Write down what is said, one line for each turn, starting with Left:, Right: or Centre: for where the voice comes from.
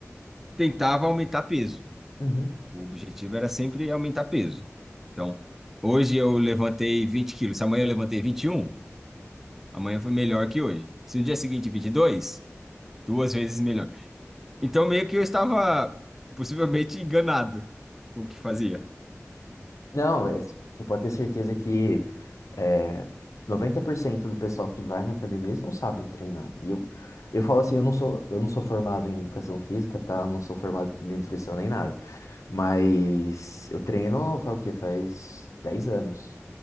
Centre: tentava aumentar peso.
Left: Uhum.
Centre: O objetivo era sempre aumentar peso. Então, hoje eu levantei 20 quilos. Se amanhã eu levantei 21, amanhã foi melhor que hoje. Se no dia seguinte 22, duas vezes melhor. Então, meio que eu estava possivelmente enganado com o que fazia.
Left: Não, é, você pode ter certeza que É, 90% do pessoal que vai na academia, eles não sabem treinar. E eu, eu falo assim, eu não sou, eu não sou formado em educação física, tá? Eu não sou formado em nutrição nem nada. Mas eu treino, faz o quê? Faz 10 anos.